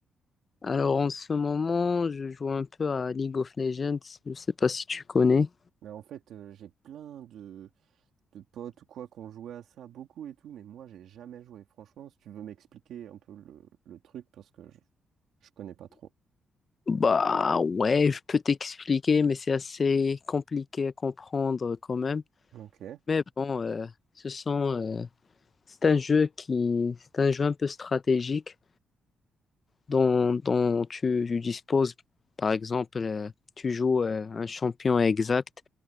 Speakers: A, on the left (about 30°); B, on the right (about 80°).
A: Alors en ce moment, je joue un peu à League of Legends. Je sais pas si tu connais.
B: Mais en fait, euh, j'ai plein de, de potes ou quoi qui ont joué à ça beaucoup et tout, mais moi, j'ai jamais joué. Franchement, si tu veux m'expliquer un peu le, le truc, parce que je, je connais pas trop.
A: Bah ouais, je peux t'expliquer, mais c'est assez compliqué à comprendre quand même.
B: Ok.
A: Mais bon, euh, ce sont, euh, c'est un jeu qui, c'est un jeu un peu stratégique dont, dont tu, tu disposes. Par exemple, euh, tu joues euh, un champion exact